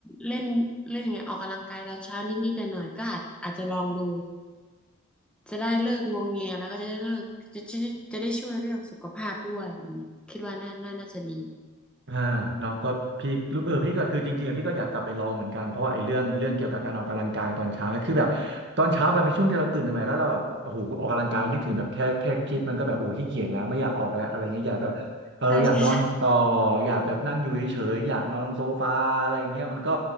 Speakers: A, in the centre; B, on the right (about 55°).
A: เล่นเล่นอย่างเงี้ยออกกำลังกายตอนเช้านิดๆหน่อยๆก็อาจอาจจะลองดูจะได้เลิกงวงเงียแล้วก็จะได้เลิกจะจะจะได้ช่วยเรื่องสุขภาพด้วยแบบนี้คิดว่าน่าน่าน่าจะดี
B: อ่าเนาะก็พี่รู้เออพี่ก็คือจริงๆอะพี่ก็อยากกลับไปลองเหมือนกันเพราะว่าไอ้เรื่องเรื่องเกี่ยวกับการออกกำลังกายตอนเช้าเนี่ยคือแบบตอนเช้ามันเป็นช่วงที่เราตื่นใหม่ๆแล้วเราแบบโอ้โหออกกำลังกายนึกถึงแบบแค่แค่คิดมันก็แบบโอ้ขี้เกียจแล้วไม่อยากออกแล้วอะไรเงี้ยอยากแบบเอออยากนอนต่อ
A: ใช่ใช่ใช่
B: อยากแบบนั่งอยู่เฉยๆอยากนอนลงโซฟาอะไรเงี้ยมันก็